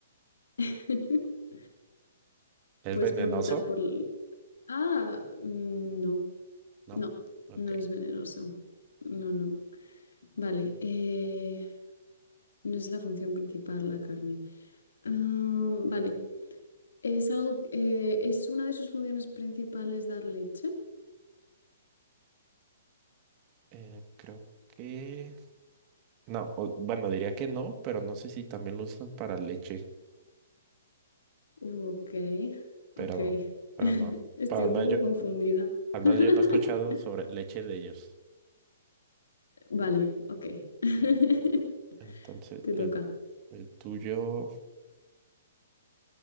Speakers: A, on the left; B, on the right.
A: <laughs>
B: ¿Es
A: Puedes
B: venenoso?
A: preguntar por... l- Ah, mm, no,
B: ¿No?
A: no,
B: Ok.
A: no es venenoso. No, no. Vale, eh, no es la función principal la carne. Ah, vale, es algo, eh, ¿es una de sus funciones principales dar leche?
B: Eh, creo que... No, o- bueno, diría que no, pero no sé si también lo usan para leche,
A: Uh, ok,
B: pero,
A: ok.
B: pero
A: <laughs>
B: no.
A: Estoy
B: Pero al
A: un
B: menos
A: poco
B: yo,
A: confundida.
B: al
A: <laughs>
B: menos yo no he escuchado sobre leche de ellos.
A: Vale, ok. <laughs>
B: Entonces,
A: Te
B: el,
A: toca.
B: el tuyo...